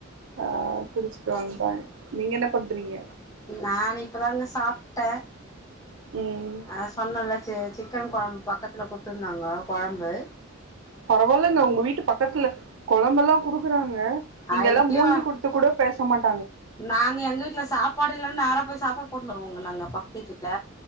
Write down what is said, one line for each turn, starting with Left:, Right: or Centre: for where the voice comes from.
Right: ஆஹ் குளிச்சுட்டு வந்துடாங்க நீங்க என்ன பண்றீங்க
Left: நான் இப்பதானுங்க சாப்பிட்டேன்
Right: ம்
Left: அஹ் சொன்னல்லா ச ச சிக்கன் குழம்பு பக்கத்தில்ல கொடுத்துருந்தாங்க குழம்பு
Right: பரவாயில்லேங்க உங்க வீட்டு பக்கத்துல குழம்பெல்லாம் கொடுக்குறாங் க
Left: ஐயோ
Right: இங்கெல்லாம் மூஞ்சு கொடுத்து கூட பேச மாட்
Left: நாங்க எங்க வீட்டுல சாப்பாடு இல்லேன்ன நேரா போய் சாப்பாடு போட்டு வந்துருவோங்க நாங்க பக்கத்துவிட்ல